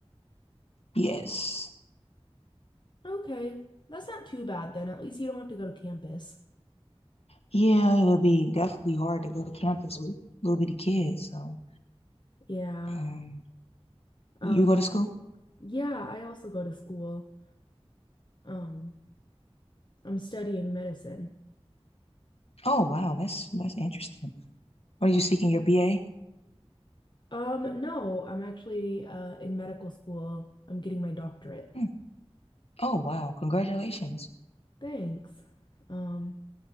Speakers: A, on the left; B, on the left.
A: Yes.
B: Okay, that's not too bad then. At least you don't have to go to campus.
A: Yeah, it'll be definitely hard to go to campus with little bitty kids. So,
B: Yeah.
A: um,
B: Um,
A: you go to school?
B: yeah, I also go to school. Um, I'm studying medicine.
A: Oh wow, that's that's interesting. What are you seeking your BA?
B: Um, no, I'm actually uh in medical school. I'm getting my doctorate.
A: Hmm. Oh wow, congratulations.
B: Thanks. Um,